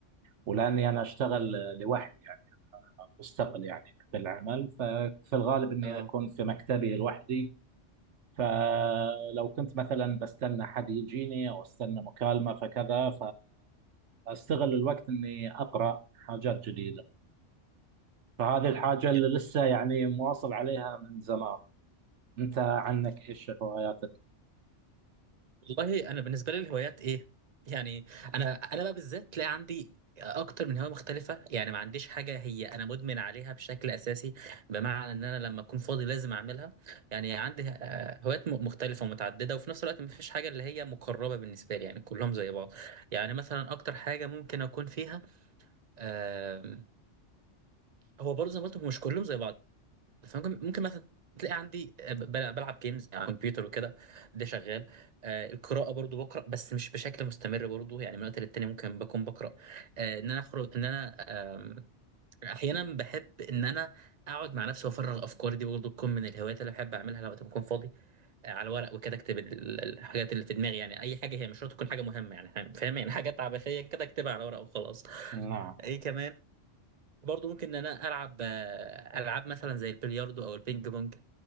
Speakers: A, on the right; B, on the right.
A: ولأني أنا أشتغل لوحدي يعني مستقل يعني في العمل ففي الغالب أني
B: اه
A: أكون في مكتبي لوحدي فلو كنت مثلا بستنى حد يجيني او استنى مكالمه فكذا فاستغل الوقت اني اقرا حاجات جديده فهذه الحاجه اللي
B: يعني
A: لسه يعني مواصل عليها من زمان انت عنك ايش هواياتك؟
B: والله انا بالنسبه لي الهوايات ايه يعني انا انا بقى بالذات تلاقي عندي اكتر من هوايه مختلفه يعني ما عنديش حاجه هي انا مدمن عليها بشكل اساسي بمعنى ان انا لما اكون فاضي لازم اعملها يعني عندي آه، هوايات م- مختلفه ومتعدده وفي نفس الوقت ما فيش حاجه اللي هي مقربه بالنسبه لي يعني كلهم زي بعض يعني مثلا اكتر حاجه ممكن اكون فيها آم، هو برضه زي ما قلت هو مش كلهم زي بعض فممكن ممكن مثلا تلاقي عندي آه، بل- بلعب جيمز على الكمبيوتر وكده ده شغال آه، القراءة برضو بقرأ بس مش بشكل مستمر برضو يعني من وقت للتاني ممكن بكون بقرأ آه، ان انا اخرج ان انا آم، احيانا بحب ان انا اقعد مع نفسي وافرغ افكاري دي برضو تكون من الهوايات اللي بحب اعملها لو وقت بكون فاضي آه، على ورق وكده اكتب ال- ال- الحاجات اللي في دماغي يعني اي حاجة هي مش شرط تكون حاجة مهمة يعني فاهم يعني حاجات عبثية كده اكتبها على ورق وخلاص
A: نعم
B: ايه كمان برضه ممكن ان انا العب آه، العاب مثلا زي البلياردو او البينج بونج